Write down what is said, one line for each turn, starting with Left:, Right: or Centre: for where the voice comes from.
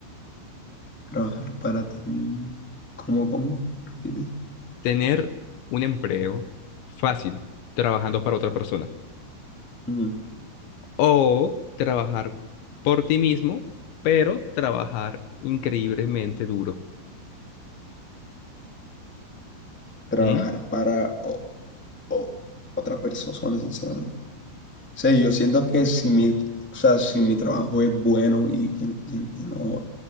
Centre: Trabajar para ti. mi- ¿Cómo, cómo? Repite.
Left: Tener un empleo fácil trabajando para otra persona.
Centre: Mm,
Left: O trabajar por ti mismo, pero trabajar increíblemente duro.
Centre: Trabajar
Left: ¿Mm?
Centre: para o- o- otra persona, sinceramente. O sea, yo siento que si mi, o sea, si mi trabajo es bueno y, y- y- y no